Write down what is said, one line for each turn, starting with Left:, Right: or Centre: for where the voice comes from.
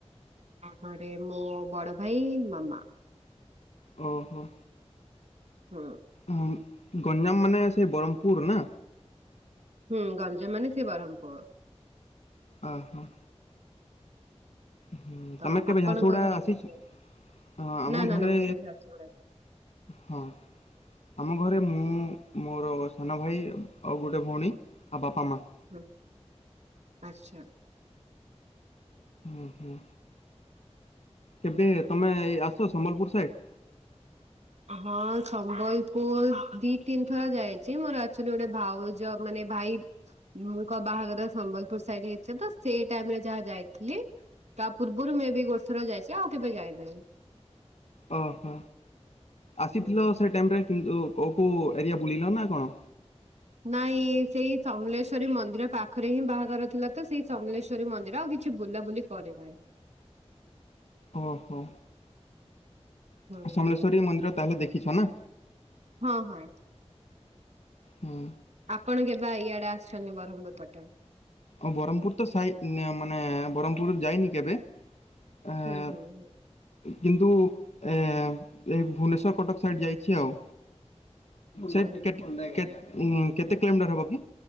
Right: ତାପରେ ମୋ ବଡ ଭାଇ, ମାମା।
Left: ଓହୋ।
Right: ହଁ।
Left: ହଁ ଗଞ୍ଜାମ ମାନେ ସେଇ ବରହମପୁର ନା?
Right: ହୁଁ ଗଞ୍ଜାମ ମାନେ ସିଏ ବରହମପୁର।
Left: ଅହ। ହଁ
Right: ତ
Left: ତମେ କେବେ
Right: ଆପଣଙ୍କ
Left: ଝାଡସୁଗୁଡା
Right: ଘରେ
Left: ଆସିଛ?
Right: କିଏ କିଏ ଅଛି
Left: ହଁ ଆମ
Right: ନା ନା
Left: ଘରେ
Right: ନା ମୁଁ କେବେ ଝାରସୁଗୁଡା
Left: ହଁ। ଆମ ଘରେ ମୁଁ, ମୋର ସାନ ଭାଇ, ଆଉ ଗୋଟେ ଭୋଉଣୀ, ଆଉ ବାପା ମାଆ।
Right: ହ ଆଚ୍ଛା।
Left: ଓହୋ। କେବେ ତମେ ଏଇ ଆସ ସମ୍ବଲପୁର ସାଇଡ
Right: ହଁ ସମ୍ବଲପୁର ଦିଇ ତିନି ଥର ଯାଇ ଚି ମୋର ଆକଚୋଲି ଗୋଟେ ଭାଉଜ ମାନେ ଭାଇ ମୁଁ କ ବାହାଘର ସମ୍ବଲପୁର ସାଇଡ ହେଇଛି ତ ସେଇ ଟାଇମରେ ଯାହା ଯାଇଥିଲି। ତା ପୂର୍ବରୁ ମେବି ଗୋଟେଥର ଯାଇଛି ଆଉ କେବେ ଯାଇନାହିଁ।
Left: ଅହ ଆସିଥିଲ
Right: ହୁଁ।
Left: ସେ ଟାଇମରେ କିନ୍ତୁ କୋଉ କୋଉ ଏରିଆ ବୁଲିଲ ନା କଣ?
Right: ନାଇଁ ସେଇ ସମଲେଶ୍ଵରୀ ମନ୍ଦିର ପାଖରେ ହିଁ ବାହାଘର ଥିଲା ତ ସେଇ ସମଲେଶ୍ଵ ଶ୍ୱରୀ ମନ୍ଦିର ଆଉ କିଛି ବୁଲାବୁଲି କରିନାହି ସ୍
Left: ଓହୋ।
Right: ହୁଁ।
Left: ସମଲେଶ୍ଵରୀ ମନ୍ଦିର ତାହେଲେ ଦେଖିଛ ନା।
Right: ହଁ ହଁ।
Left: ହୁଁ।
Right: ଆପଣ କେବେ ଆ ଇଆଡେ ଆସଛନ୍ତି ବରହମପୁର ପଟେ?
Left: ଓ ବରହମପୁର ତ ସାଇ ଉଁନ୍ ମାନ ବରହମପୁର ଯାଇନି କେବେ। ଏ
Right: ହୁଁ ହୁଁ ହୁଁ।
Left: କିନ୍ତୁ ଏ ଏ ଭୁବନେଶ୍ଵର କଟକ ସାଇଡ ଯାଇଛି ଆଉ। ସେଇ
Right: କହୁଛି
Left: କେତ୍ କେ ଉଁ କେତେ କିଲୋମିଟର ହବକି